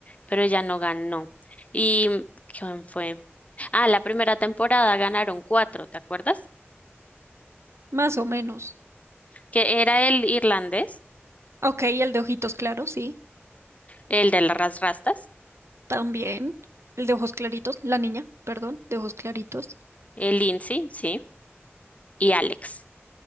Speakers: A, on the left; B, on the right.
A: pero ella no ganó. ¿Y mm, quién fue? Ah, la primera temporada ganaron cuatro, ¿te acuerdas?
B: más o menos.
A: Que era el irlandés,
B: Ok, y el de ojitos claros, sí,
A: el de las ras- rastas,
B: también. El de ojos claritos, la niña, perdón, de ojos claritos.
A: el Lindsay, sí, y Alex.